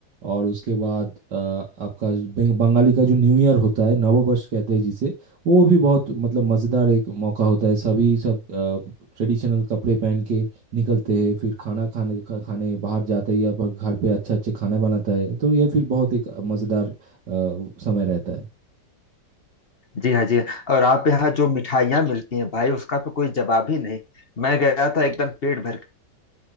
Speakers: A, on the right; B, on the left.
A: और उसके बाद अ, आपका जो बंग- बंगाली का जो न्यू ईयर होता है नववर्ष कहते हैं जिसे वो भी बहुत मतलब मज़ेदार एक मौका होता है सभी सब ट्रेडिशनल कपड़े पहन के निकलते हैं फिर खाना खाने खा, खाने बाहर जाते हैं या फिर घर पे अच्छा अच्छा खाना बनाता है तो ये फिर बहुत एक मज़ेदार अ, समय रहता है
B: जी हाँ जी हाँ। और आप यहाँ जो मिठाइयाँ मिलती हैं भाई उसका तो कोई जवाब ही नहीं मैं गया था एकदम पेट भर